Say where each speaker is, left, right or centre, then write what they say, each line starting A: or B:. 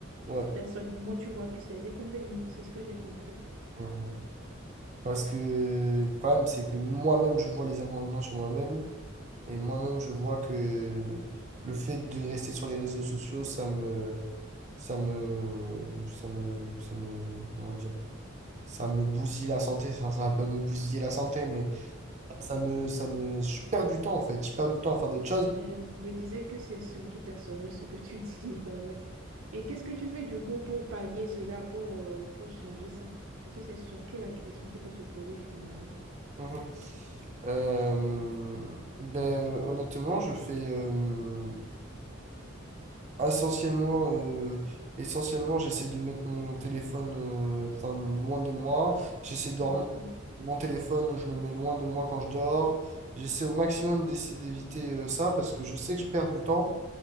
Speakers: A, on the right (about 35°); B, on the right (about 80°).
A: Ouais.
B: Personnellement, tu vois plus les inconvénients, c'est ce que j'ai compris.
A: Mhm. Parce que le problème, c'est que moi-même, je vois les inconvénients sur moi-même. Et moi-même, je vois que le fait de rester sur les réseaux sociaux, ça me. Ça me. Ça me. Ça me. Comment dire? Ça me bousille la santé. Enfin, ça va pas me bousiller la santé, mais ça me. Ça me. Je perds du temps, en fait. Je perds du temps à faire d'autres choses.
B: Ah ouais, je me disais que c'est surtout personnel ce que tu <laughs> dis, bah ouais. Et qu'est-ce que tu fais du coup pour pallier cela, pour, euh, pour changer ça? Parce que c'est surtout la question qu'il faut se poser finalement.
A: Mhm. Euh, ben, euh, honnêtement, je fais. euh, Essentiellement, euh, essentiellement, j'essaie de mettre mon téléphone euh, enfin, loin de moi. J'essaie de dormir.
B: D'accord.
A: Mon téléphone, je le mets loin de moi quand je dors. J'essaie au maximum d'essayer d'éviter euh, ça parce que je sais que je perds du temps